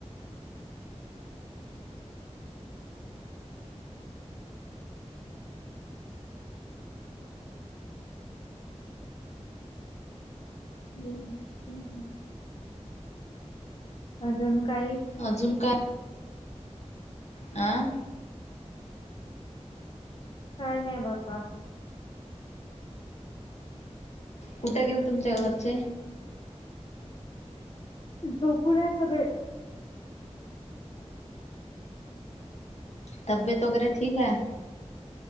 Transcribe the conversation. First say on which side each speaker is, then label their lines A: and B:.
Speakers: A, on the left; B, on the left.
A: हम् हम्म अजून काही.
B: अजून काय. आं..
A: काय नाही बापा.
B: कुठे गेल तुमच्या घरचे?
A: झोपूनय सगळे जन.
B: तबीयेत वगैरे ठीक आहे.